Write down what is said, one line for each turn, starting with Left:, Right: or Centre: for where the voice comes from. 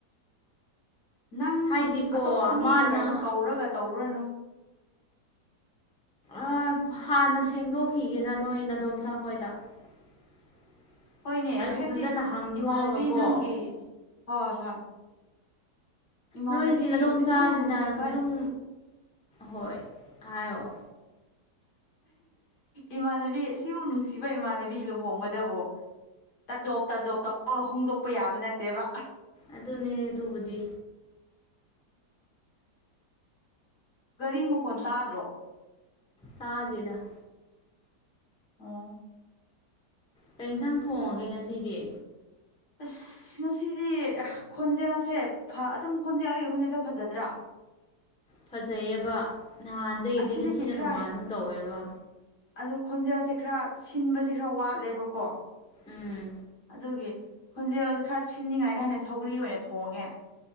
Left: ꯅꯪ
Centre: ꯍꯥꯏꯗꯤꯀꯣ
Left: ꯑꯇꯣꯞꯄ ꯃꯤꯒ
Centre: ꯃꯥꯅ
Left: ꯀꯩꯅꯣ ꯀꯧꯔꯒ ꯇꯧꯔꯨꯔꯅꯨ꯫
Centre: ꯑꯥ ꯍꯥꯟꯅ ꯁꯦꯡꯗꯣꯛꯈꯤꯒꯦꯗ ꯅꯣꯏ ꯅꯗꯣꯝꯆꯥꯥꯛꯈꯣꯏꯗ꯫ <inaudible>
Left: ꯍꯣꯏꯅꯦ
Centre: ꯍꯥꯏꯗꯤ
Left: ꯍꯥꯏꯕꯗꯤ
Centre: ꯐꯖꯅ ꯍꯥꯡꯗꯣꯛꯑꯒꯀꯣ
Left: ꯏꯃꯥꯟꯅꯕꯤ ꯅꯪꯒꯤ ꯍꯣꯏ ꯍꯣꯏ꯫ ꯏꯃꯥꯟꯅꯕꯤ
Centre: ꯅꯣꯏꯗꯤ ꯅꯗꯣꯝꯆꯥꯅꯤꯅ
Left: ꯑꯁꯤꯃꯨꯛ ꯅꯨꯡꯁꯤꯕ
Centre: ꯑꯗꯨꯝ ꯍꯣꯏ ꯍꯥꯏꯌꯑꯣ꯫
Left: ꯏꯃꯥꯟꯅꯕꯤ ꯑꯁꯤꯕꯨ ꯅꯨꯡꯁꯤꯕ ꯏꯃꯥꯟꯅꯕꯤ ꯂꯨꯍꯣꯡꯕꯗꯕꯣ꯫ ꯇ ꯖꯣꯕ ꯇꯥ ꯖꯣꯕ ꯇꯧꯔꯒ ꯍꯣꯡꯗꯣꯛꯄ ꯌꯥꯕ ꯅꯠꯇꯦꯕ꯫
Centre: ꯑꯗꯨꯅꯦ ꯑꯗꯨꯕꯨꯗꯤ꯫
Left: ꯒꯥꯔꯤ ꯃꯈꯣꯟ ꯇꯥꯗ꯭ꯔꯣ꯫
Centre: ꯇꯥꯗꯦꯗ꫰꫰
Left: ꯑꯣ꯫
Centre: ꯀꯩ ꯌꯦꯟꯁꯥꯡ ꯊꯣꯡꯉꯒꯦ ꯉꯁꯤꯗꯤ꯫
Left: ꯑꯁ꯫ ꯑꯁ ꯉꯁꯤꯗꯤ ꯈꯣꯟꯖꯦꯜꯁꯦ ꯑꯗꯨꯝ ꯈꯣꯟꯖꯦꯜ ꯑꯩꯒꯤ ꯈꯣꯟꯖꯦꯜꯁꯦ ꯐꯖꯗ꯭ꯔꯥ꯫
Centre: ꯐꯖꯩꯌꯦꯕ ꯅꯍꯥꯟꯗꯒꯤꯗꯤ
Left: ꯑꯁꯤꯗꯒꯤ
Centre: ꯉꯁꯤꯅ
Left: ꯈꯔ
Centre: ꯇꯣꯉꯥꯟꯒꯨꯝ ꯇꯧꯋꯦꯕ꯫
Left: ꯑꯗꯨ ꯈꯣꯟꯖꯦꯜꯁꯦ ꯈꯔ ꯁꯤꯟꯕꯁꯦ ꯈꯔ ꯋꯥꯠꯂꯦꯠꯕꯀꯣ꯫
Centre: ꯎꯝ
Left: ꯑꯗꯨꯒꯤ ꯈꯣꯟꯖꯦꯜ ꯈꯔ ꯁꯤꯟꯅꯤꯡꯉꯥꯏꯅ ꯍꯥꯏꯟꯅ ꯁꯧꯒ꯭ꯔꯤ ꯑꯣꯏꯅ ꯊꯣꯡꯉꯦ꯫